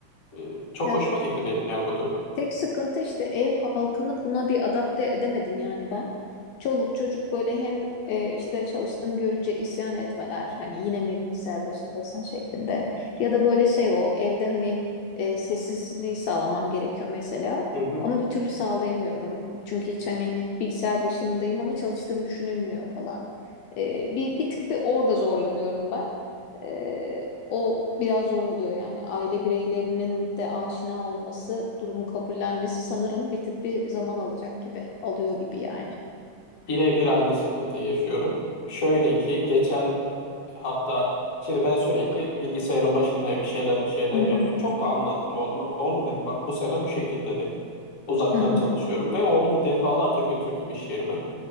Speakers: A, on the left (about 55°); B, on the left (about 75°).
A: E, çok
B: Ya
A: hoşuma gitti benim yani bu durum.
B: tek sıkıntı işte ev halkını buna bir adapte edemedim yani ben. Çoluk çocuk böyle hem e, işte çalıştığını görünce isyan etmeler hani yine mi bilgisayar başındasın şeklinde ya da böyle şey o evde hani e, sessizliği sağlamam gerekiyor mesela
A: Hı hı.
B: ama bir türlü sağlayamıyorum çünkü hiç hani bilgisayar başındayım ama çalıştığım düşünülmüyor falan. E, bir, bir tık bir orada zorlanıyorum ben. Ee, o biraz zor oluyor yani aile bireylerinin de aşina olması, durumu kabullenmesi sanırım bir tık bir zaman alacak gibi, alıyor gibi yani.
A: Birebir aynı sıkıntıyı yaşıyorum. Şöyle ki geçen e, hatta şimdi ben sürekli bilgisayarın başındayım bir şeyler bir şeyler
B: Hı
A: yapıyorum.
B: hı.
A: Çok da anlattım oğluma. Oğlum dedim bak bu sene bu şekilde dedim. Uzaktan
B: Hı hı.
A: çalışıyorum ve oğlumu defalarca götürdüm iş yerime.